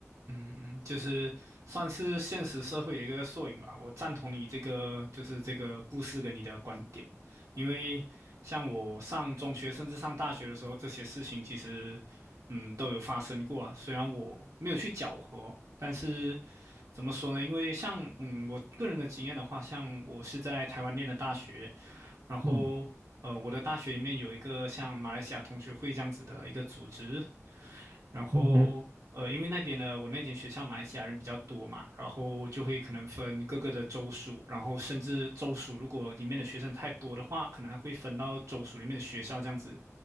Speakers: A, on the right (about 75°); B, on the right (about 35°).
A: 嗯嗯，就是算是现实社会的一个缩影吧。我赞同你这个，就是这个故事跟你的观点，因为像我上中学甚至上大学的时候，这些事情其实，嗯，都有发生过啊。虽然我没有去搅和，但是怎么说呢？因为像嗯，我个人的经验的话，像我是在台湾念的大学，然后呃，
B: 嗯
A: 我的大学里面有一个像马来西亚同学会这样子的一个组织，然后呃，
B: 嗯哼。
A: 因为那边呢，我那间学校马来西亚人比较多嘛，然后就会可能分各个的州属，然后甚至州属如果里面的学生太多的话，可能还会分到州属里面的学校这样子